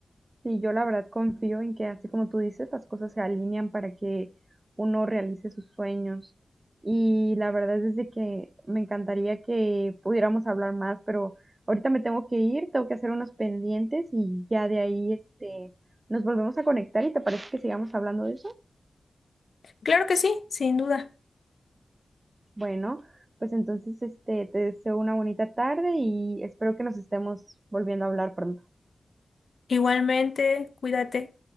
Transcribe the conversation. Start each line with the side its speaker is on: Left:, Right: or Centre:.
Right: Sí, yo la verdad confío en que así como tú dices, las cosas se alinean para que uno realice sus sueños. Y la verdad es de que me encantaría que pudiéramos hablar más, pero ahorita me tengo que ir, tengo que hacer unos pendientes y ya de ahí este nos volvemos a conectar y te parece que sigamos hablando de eso?
Left: Claro que sí, sin duda.
Right: Bueno, pues entonces este te deseo una bonita tarde y espero que nos estemos volviendo a hablar pronto.
Left: Igualmente, cuídate.